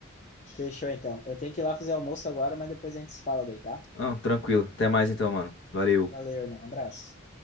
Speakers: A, on the left (about 35°); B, on the left (about 55°).
A: Fechou, então. Eu tenho que ir lá fazer almoço agora, mas depois a gente se fala daí, tá?
B: Não, tranquilo. Até mais então, mano. Valeu.
A: Valeu, irmão. Abraço.